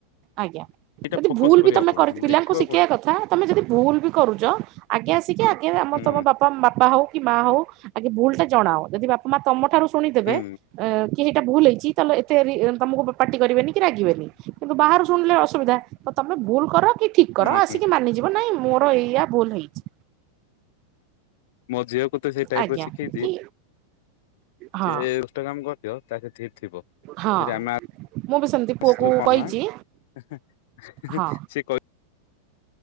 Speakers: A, on the right; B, on the left.
A: ଆଜ୍ଞା
B: ଏଇଟା
A: ଯଦି
B: ଫୋକସ
A: ଭୁଲ୍
B: କରିବାକୁ
A: ବି ତମେ
B: ପଡିବ
A: କରି
B: କିନ୍ତୁ
A: ପିଲାଙ୍କୁ
B: ଦେଖିବାକୁ
A: ଶିଖେଇବା
B: ପଡିବ
A: କଥା ତମେ ଯଦି ଭୁଲ୍ ବି କରୁଚ ଆଗେ ଆସିକି ଆଗେ ଆମ
B: ହୁଁ
A: ତମ ବାପା ବାପା ହଉ କି ମା ହଉ ଭୁଲ୍ ଟା ଜଣାଅ ଯଦି ବାପ ମା ତମ ଠାରୁ ଶୁଣିଦେବେ
B: ହୁଁ
A: ଅ କି ଏଇଟା ଭୁଲ୍ ହେଇଛି ତାହେଲେ ଏତେ ରି ତମକୁ ପାଟି କରିବେନି କି ରାଗିବେନି। କିନ୍ତୁ ବାହାରୁ ଶୁଣିଲେ ଅସୁବିଧା। ତ ତମେ ଭୁଲ୍ କର କି ଠିକ୍
B: ହୁଁ
A: କର ଆସିକି
B: ହୁଁ
A: ମାନିଯିବ ନାଇଁ ମୋର ଏଇଆ ଭୁଲ ହେଇଛି।
B: ମୋ ଝିଅକୁ ତ ସେଇ ଟାଇପ୍
A: ଆଜ୍ଞା
B: ର ଶିଖେଇଛି।
A: କି ହଁ
B: ସେ ଏଷ୍ଟା କାମ କରିଥିବ ତା ସେ ଥି ଥିବ ଯଦି
A: ହଁ
B: ଆମା
A: ମୁଁ ବି ସେମିତି
B: ଆସିଲୁ
A: ପୁଅକୁ
B: କନ୍
A: କହିଛି
B: ମା ସେ
A: ହଁ
B: କହ